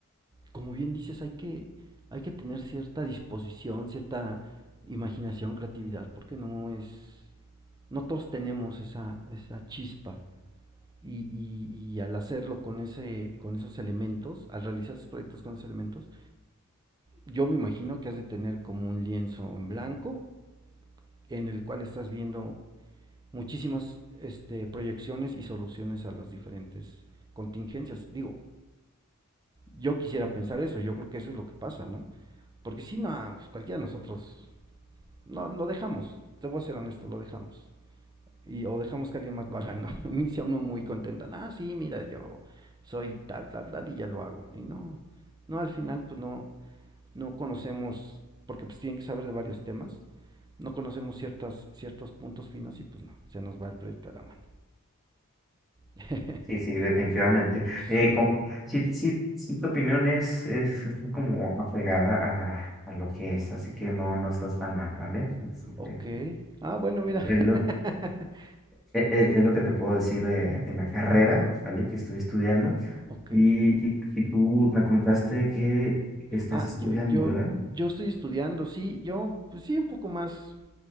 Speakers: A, on the right; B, in the centre.
A: como bien dices, hay que, hay que tener cierta disposición, cierta imaginación, creatividad, porque no es... No todos tenemos esa, esa chispa. Y, y- y al hacerlo con, ese, con esos elementos, al realizar esos proyectos con esos elementos, yo me imagino que has de tener como un lienzo en blanco en el cual estás viendo muchísimas este, proyecciones y soluciones a las diferentes contingencias. Digo, yo quisiera pensar eso, yo creo que eso es lo que pasa, ¿no? Porque si no, pues cualquiera de nosotros, no, lo dejamos, te voy a ser honesto, lo dejamos. Y, o dejamos que alguien más lo haga, ¿no? <laughs> Inicia uno muy contenta, ah, sí, mira, yo soy tal, tal, tal, y ya lo hago. Y no, no, al final, pues no, no conocemos, porque pues tienen que saber de varios temas, no conocemos ciertas, ciertos puntos finos y pues no, se nos va el proyecto a la mano. <laughs>
B: Sí, sí, definitivamente. Eh,
A: Sí,
B: con- sí, sí, sí, tu opinión es, es, es como apegada a, a lo que es, así que no, no estás tan mal, ¿vale? Así que,
A: ok. Ah, bueno, mira.
B: eh,
A: <laughs>
B: lo- e- e- Es lo que te puedo decir de, de la carrera, ¿vale? Que estoy estudiando.
A: Ok.
B: Y, y, y tú me comentaste que estás
A: Ah,
B: estudiando,
A: yo, yo,
B: ¿verdad?
A: yo estoy estudiando, sí, yo, pues sí, un poco más,